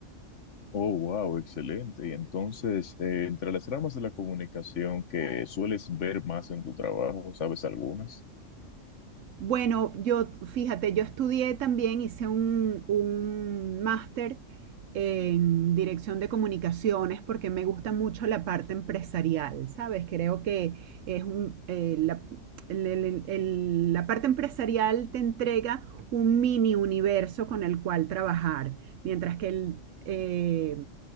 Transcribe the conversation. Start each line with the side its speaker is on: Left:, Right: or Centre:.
Left: Oh, wow, excelente. Y entonces, eh, entre las ramas de la comunicación que sueles ver más en tu trabajo, ¿sabes algunas?
Right: Bueno, yo, fíjate, yo estudié también, hice un, un máster en dirección de comunicaciones porque me gusta mucho la parte empresarial, ¿sabes? Creo que es un, eh, la, el, el, el, la parte empresarial te entrega un mini universo con el cual trabajar, mientras que el, eh,